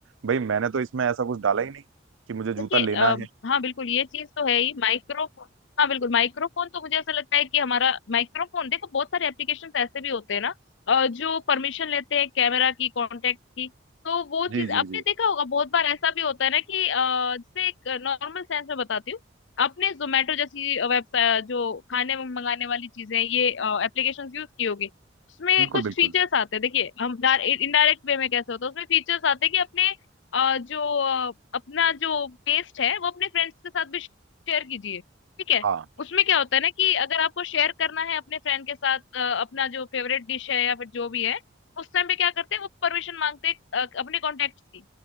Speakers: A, on the right; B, on the left.
A: भाई मैंने तो इसमें ऐसा कुछ डाला ही नहीं कि मुझे जूता
B: देखिए
A: लेना
B: अ,
A: है
B: हाँ बिल्कुल ये चीज तो है ही माइक्रोफोन हाँ बिल्कुल माइक्रोफोन तो मुझे ऐसा लगता है कि हमारा माइक्रोफोन देखो बहुत सारे एप्लीकेशंस ऐसे भी होते हैं ना अ, जो परमिशन लेते हैं कैमरा की कॉन्टेक्ट की तो वो
A: जी
B: चीज
A: जी
B: आपने
A: जी
B: देखा होगा बहुत बार ऐसा भी होता है ना कि अ, जैसे एक नॉर्मल सेंस में बताती हूँ आपने जोमेटो जैसी वेबसाइट जो खाने मंगाने वाली चीजें ये एप्लीकेशन यूज की होगी उसमें
A: बिल्कुल
B: कुछ
A: बिल्कुल
B: फीचर्स आते हैं देखिए हम इनडायरेक्ट वे में कैसे होता है उसमें फीचर्स आते हैं कि अपने अ, जो अ, अपना जो टेस्ट है वो अपने फ्रेंड्स के साथ भी शेयर कीजिए ठीक है
A: हाँ
B: उसमें क्या होता है ना कि अगर आपको शेयर करना है अपने फ्रेंड के साथ अ, अपना जो फेवरेट डिश है या फिर जो भी है उस टाइम पे क्या करते हैं वो परमिशन मांगते हैं अ, अपने कॉन्टेक्ट्स की